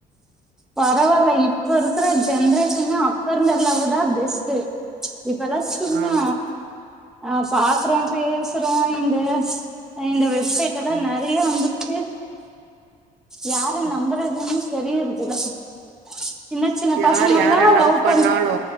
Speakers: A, in the centre; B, on the right.
A: பரவால்ல இப்ப இருக்கிற ஜென்ரேஷன்னா அப்ப இருந்த அது அவு தா பெஸ்ட்டு இப்பலா சும்மா
B: ஆமா
A: ஆ பாக்குறோ பேசுறோ அங்குற இந்த வெப்சைட் எல்லா
B: ம்
A: நெறய வந்துருச்சி யார
B: ம்.
A: நம்பறதுனே தெரியுரதுல்ல சின்ன சின்ன
B: யார்
A: பசங்கலா
B: யார
A: லவ்
B: பண்ணாலு
A: பன்ர